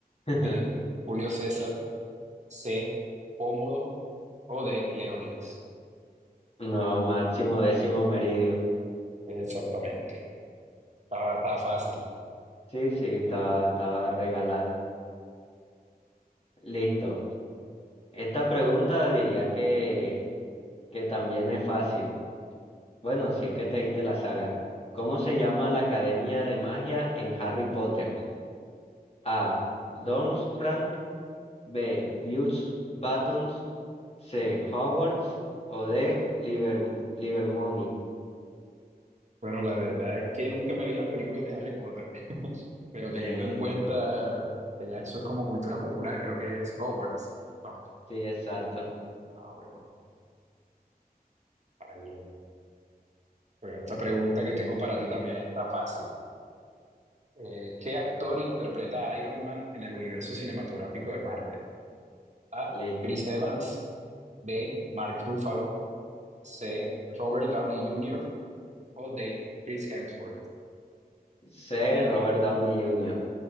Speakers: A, on the left; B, on the right.
A: <laughs>
B: B. Julio César. C. Cómodo. O D. Leónidas.
A: No, máximo décimo meridio.
B: Exactamente. Estaba, estaba fácil.
A: Sí, sí, estaba, estaba regalada. Listo. Esta pregunta diría que que también es fácil. Bueno, si es que te viste la saga. ¿Cómo se llama la Academia de Magia en Harry Potter? A. Doomsprank, B. Butch Buttons, C. Hogwarts o D. Liber Livermony.
B: Bueno, la verdad es que nunca me vi las películas de Harry Potter, <laughs> pero teniendo
A: Bien,
B: en cuenta que ya eso es como cultura popular, creo que es Hogwarts. No,
A: sí, exacto.
B: ah, bueno, está bien. Pero esta pregunta que tengo para ti también está fácil. Eh, ¿qué actor interpreta a Iron Man en el universo cinematográfico de Marvel? A.
A: Listo.
B: Chris Evans. B. Mark Ruffalo. C. Robert Downey Jr. o D. Chris Hemsworth.
A: C. Robert Downey Jr.